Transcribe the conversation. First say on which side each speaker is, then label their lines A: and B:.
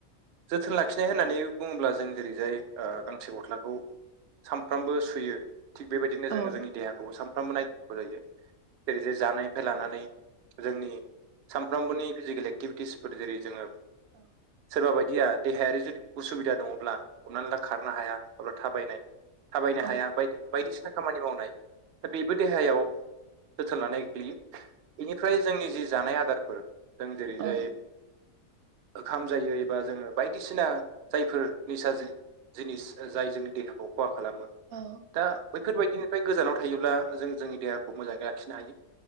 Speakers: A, on the right; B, on the right.
A: जोथोन लाखिनाय होननानै बुङोब्ला जों जेरैजाय ओ गांसे गस्लाखौ सानफ्रामबो सुयो थिग बेबायदिनो
B: औ
A: जोङो जोंनि देहाखौबो सानफ्रामबो नायनांगौ जायो। जेरै जे जानायनिफ्राय लानानै जोंनि सानफ्रामबोनि फिजिकेल एक्टिभिटिसफोर जेरै जोङो
B: औ
A: सोरबा बायदिया देहायारि जुदि उसुबिदा दङब्ला हमनानै ला खारनो हाया अब्ला थाबायनाय थाबायनो
B: औ
A: हाया बायदि बायदिसिना खामानि मावनाय दा बेबो देहायाव जोथोन लानाय गोग्लैयो। बेनिफ्राय जोंनि जि जानाय आदारफोर जों जेरैजाय
B: औ
A: ओंखाम जायो एबा जोङो बायदिसिना जायफोर निसा जिनिस जाय जोंनि देहाखौ खहा खालामो
B: औ
A: दा बैफोरबायदिनिफ्राय गोजानाव थायोब्ला जों जोंनि देहाखौ मोजाङै लाखिनो हायो